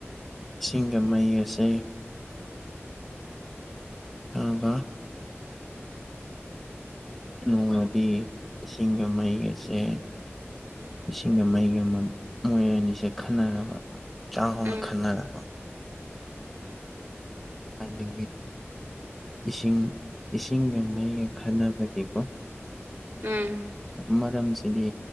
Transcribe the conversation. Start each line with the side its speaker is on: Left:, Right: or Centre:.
Right: ꯅꯪꯒꯤ
Centre: ꯏꯁꯤꯡꯒ
Right: ꯋꯥꯔꯤꯁꯦ
Centre: ꯃꯩ ꯑꯁꯦ ꯑꯥ
Right: ꯎꯝ
Centre: ꯅꯣꯡꯃꯗꯤ ꯏꯁꯤꯡꯒ ꯃꯩꯒꯁꯦ
Right: ꯎꯝ
Centre: ꯏꯁꯤꯡꯒ ꯃꯩꯒ ꯃꯣꯏ ꯑꯅꯤꯁꯦ ꯈꯟꯅꯔꯕ ꯆꯥꯎꯅ
Right: ꯎꯝ
Centre: ꯈꯟꯅꯔꯕ
Right: ꯎꯝ
Centre: ꯑꯦ ꯏꯁꯤꯡ ꯏꯁꯤꯡꯒ ꯃꯩꯒ ꯈꯟꯅꯅꯕꯒꯤꯀꯣ
Right: ꯎꯝ ꯎꯝ
Centre: ꯃꯔꯝꯁꯤꯗꯤ